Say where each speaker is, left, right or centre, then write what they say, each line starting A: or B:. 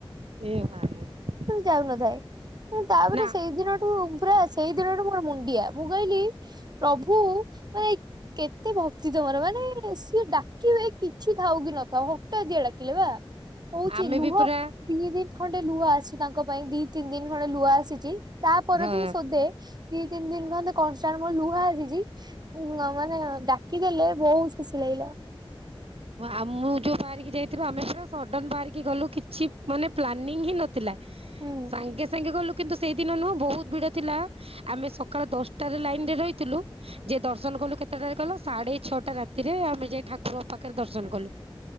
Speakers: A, on the right; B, on the right.
A: <unintelligible>
B: ଯାଉନଥାଏ ତାପରେ
A: ନା
B: ସେ ସେ ଦିନଠୁ ପୁରା ସେଇ ଦିନଠୁ ମୋର ମୁଣ୍ଡିଆ ମୁଁ କହିଲି ପ୍ରଭୁ ମାନେ କେତେ ଭକ୍ତି ତମର ମାନେ ସ କିଏ ଡାକିବେ କିଛି ଥାଉ କି ନଥାଉ ହଠାତ୍ ଯିଏ ଡାକିଲେ ବା କଉଛି
A: ଆମେ
B: ଲୁହ
A: ବି ପୁରା
B: ତିନି ଦିନ ଖଣ୍ଡେ ଲୁହ ଆସିଛି ତାଙ୍କ ପାଇଁ ଦି ତିନି ଦିନ ଖଣ୍ଡେ ଲୁହ ଆସିଛି। ତାପରେ
A: ହଁ।
B: ତ ମୁଁ ଶୋଦେ ଦି ତିନି ଦିନ ଖନ୍ତେ କନଷ୍ଟାଣ୍ଟ ମୋର ଲୁହା ଆସିଛି। ହୁଁ ମାନେ ଡାକିଦେଲେ ବହୁତ ଖୁସି ଲାଗିଲା।
A: ଆ ମୁଁ ଯୋଉ ବାହାରିକି ଯାଇଥିଲୁ ଆମେ ପୁରା ସଡନ ବାହାରିକି ଗଲୁ କିଛି ମାନେ ପ୍ଲାନିଂ ହିଁ ନ ଥିଲା
B: ହୁଁ
A: ସାଙ୍ଗେ ସାଙ୍ଗେ ଗଲୁ କିନ୍ତୁ ସେଇ ଦିନ ନୁହଁ ବହୁତ ଭିଡ ଥିଲା ଆମେ ସକାଳ ଦଶଟାରେ ଲାଇନରେ ରହିଥିଲୁ। ଯେ ଦର୍ଶନ କଲୁ କେତେଟାରେ ଗଲ ସାଢେ ଛଅଟା ରାତିରେ ଆମେ ଯାଇ ଠାକୁରଙ୍କ ପାଖ ଖରେ ଦର୍ଶନ କଲୁ